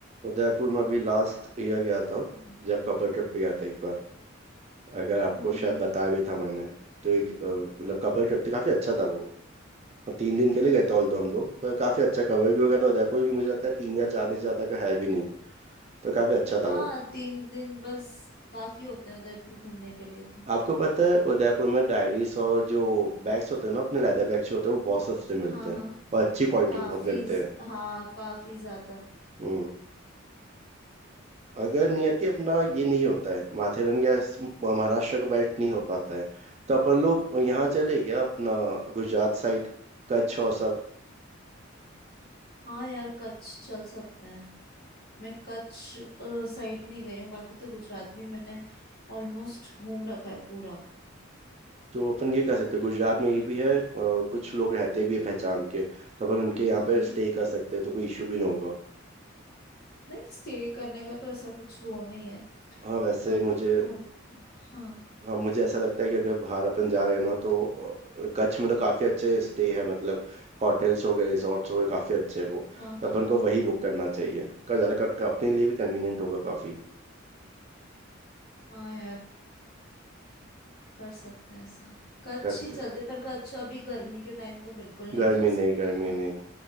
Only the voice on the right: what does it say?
उदयपुर में अभी लास्ट ईयर गया था
जब कपल ट्रिप पे गया था एक बार अगर आपको
शायद
बताया भी था मैंने तो एक अ, मतलब कपल ट्रिप था काफी अच्छा था वो और तीन दिन के लिए गए थे ऑल दो हम लोग पर काफी अच्छा कवर भी हो गया था उदयपुर भी मुझे लगता है तीन या चार दिन से ज्यादा का है भी नहीं तो काफी अच्छा
था वो
आपको पता है उदयपुर में डायरीज और जो बैग्स होते हैं ना अपने लेदर बैग्स होते हैं वो बहुत सस्ते मिलते
हैं और अच्छी क्वालिटी
के बहुत मिलते
हैं
हम्म अगर नियति अपना ये नहीं होता है माथेरन या इस- महाराष्ट्र का बेल्ट नहीं हो पाता है तो अपन लोग यहाँ चले क्या अपना गुजरात साइड कच्छ और सब
तो अपन ये कह सकते हैं गुजरात में ये भी है अ, कुछ लोग रहते भी है पहचान के तो अपन उनके
यहाँ पे
स्टे कर सकते हैं तो कोई इशू भी ना होगा
हाँ वैसे
मुझे
हाँ मुझे ऐसा लगता है कि अगर बाहर अपन जा रहे हैं ना तो अ, कच्छ में तो काफ़ी अच्छे स्टे है मतलब होटल्स हो गए रिसोर्ट्स हो गए काफ़ी अच्छे हैं वो
तो
अपन को वही बुक करना चाहिए का ज़्यादा क- अपने लिए भी कन्वीनियंट होगा काफ़ी
कत
गर्मी
नहीं गर्मी
नहीं